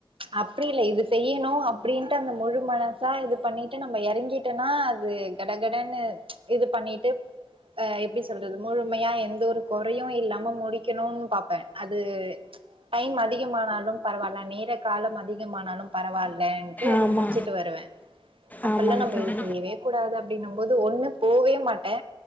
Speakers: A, on the right; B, on the left.
A: அப்டி இல்ல இது செய்யணு அப்படின்ட்டு அந்த முழு மனசா இது பண்ணிட்டு நம்ம இறங்கிட்டோனா அது கடகடன்னு இது பண்ணிட்டு அஹ் எப்டி சொல்றது முழுமையா எந்த ஒரு கொறையு இல்லாம முடிக்கணும்னு பாப்பே அது டைம் அதிகமானாலு பரவாயில்ல நேர காலம் அதிகமானாலும் பரவாயில் லேண்டு அத
B: ஆமா.
A: முடிச்சிட்டு வருவே அப்ல்லாம்
B: ஆமாங்க
A: நம்ம
B: தோழி.
A: இது செய்யவே கூடாது அப்டினும் போது ஒண்ணு போவே மாட்டே